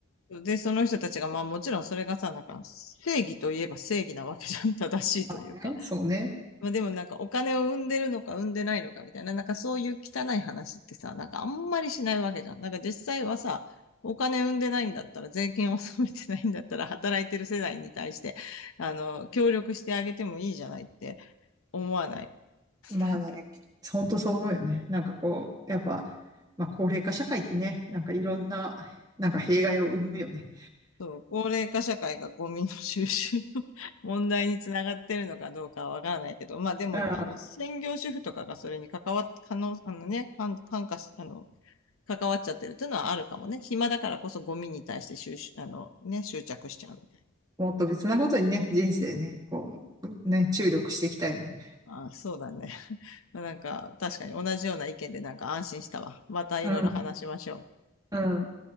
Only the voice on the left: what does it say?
で、その人たちが、まあもちろんそれがさ、なんか正義といえば正義なわけじゃん、正しいというか。
まあでもなんかお金を生んでるのか生んでないのかみたいな、なんかそういう汚い話ってさ、なんかあんまりしないわけじゃん。なんか実際はさ、お金生んでないんだったら、税金を納めてないんだったら、働いてる世代に対して、あの、協力してあげてもいいじゃないって思わない。
なんか
そう、高齢化社会がゴミの収集の <laughs> 問題につながってるのかどうかはわからないけど、まあでも、
あの、専業主婦とかがそれに関わっ、可能、あのね、関関化し、あの、関わっちゃってるっていうのはあるかもね。暇だからこそゴミに対して収集、あの、ね、執着しちゃうみたい
な。ああ、そうだね。<laughs> まあなんか、確かに同じような意見でなんか安心したわ。またいろいろ話しましょう。